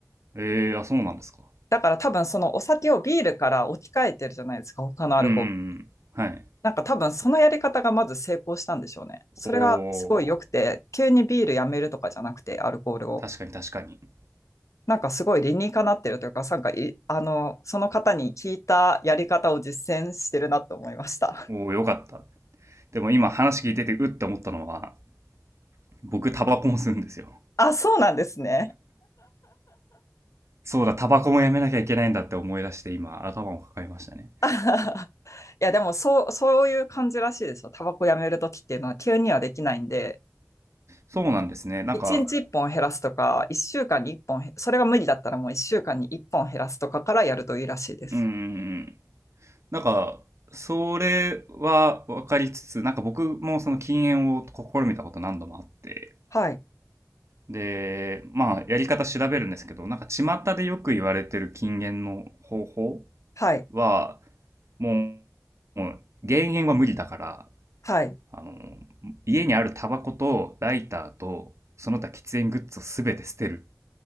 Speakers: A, on the right; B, on the left.
A: えーあ、そうなんですか。
B: だから多分そのお酒をビールから置き換えてるじゃないですか、他のアルコール。
A: うんうんうん。はい。
B: なんか多分そのやり方がまず成功したんでしょうね。それがすごい良くて、
A: おー
B: 急にビールやめるとかじゃなくて、アルコールを。
A: 確かに確かに。
B: なんかすごい理にかなってるというか、なんかい、あの、その方に聞いたやり方を実践してるなと思いました。
A: おーよかった。でも今話聞いててうって思ったのは、僕タバコも吸うんですよ。
B: <laughs> あ、そうなんですね。
A: そうだ、タバコもやめなきゃいけないんだって思い出して今頭を抱えましたね。
B: <laughs> いや、でもそう、そういう感じらしいですよ。タバコやめるときっていうのは急にはできないんで、
A: そうなんですね。なんか、
B: 一日一本減らすとか、一週間に一本へ、それが無理だったらもう一週間に一本減らすとかからやるといいらしいです。
A: うーん。なんか、それは分かりつつ、なんか僕もその禁煙を試みたこと何度もあって、
B: はい。
A: で、まあ、やり方調べるんですけど、なんか巷でよく言われてる禁煙の方法
B: はい。
A: は、もう、もう減煙は無理だから、
B: はい。
A: あの、家にあるタバコとライターと、その他喫煙グッズをすべて捨てる